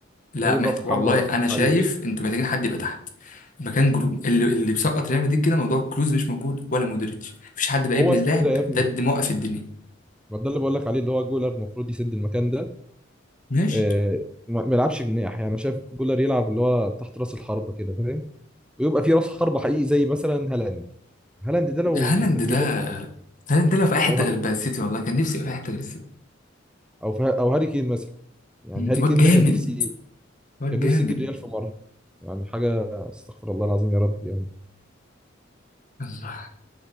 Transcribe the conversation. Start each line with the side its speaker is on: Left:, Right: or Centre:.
Left: لا
Centre: تجيب
Left: محت...
Centre: راس حربة
Left: والله انا شايف
Centre: حقيقي
Left: انتوا محتاجين حد يبقى تحت مكان جرو... اللي اللي بيسقط ريال مدريد كده موضوع كروز مش موجود ولا مودريتش مفيش حد بقى
Centre: وهو
Left: ابن
Centre: اسمه
Left: اللاعب
Centre: ايه ده يا ابني
Left: ده اللي موقف الدنيا
Centre: ما ده اللي بقول لك عليه اللي هو جولر المفروض يسد المكان ده
Left: ماشي
Centre: آه ما ما يلعبش جناح يعني أنا شايف جولر يلعب اللي هو تحت راس الحربة كده فاهم ويبقى في راس حربة حقيقي زي مثلا هالاند هالاند ده لو
Left: هالاند
Centre: في الريال
Left: ده هالاند ده لو في اي حته
Centre: او
Left: غير بقى السيتي والله كان نفسي يبقى في اي حته غير السيتي
Centre: او في او هاري كين مثلا يعني
Left: مم،
Centre: هاري
Left: واد
Centre: كين
Left: جامد
Centre: ده كان نفسي
Left: واد
Centre: كان نفسي
Left: جامد
Centre: اجي الريال في مره يعني حاجه استغفر الله العظيم يا رب يعني
Left: الله